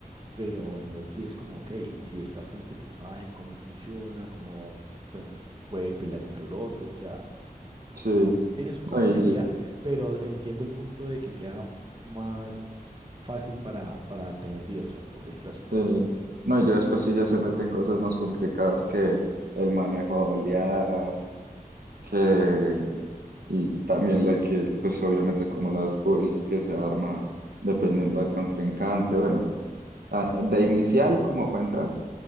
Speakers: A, on the right; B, on the right.
A: pero en LOL sí es como, ok, si estás con este personaje, cómo funciona, cómo se puede pelear contra el otro, o sea,
B: Sí.
A: tiene su complejidad,
B: No, y-
A: pero entiendo el punto de que sea más fácil para, para tener diversión, por decirlo así.
B: Sí. No, y ya después sí ya se meten cosas más complicadas que el manejo de oleadas, que y también la que, pues obviamente como las builds que se arma dependiendo
A: Eh,
B: del contrincante. Bueno, ah, de inicial como para entrar,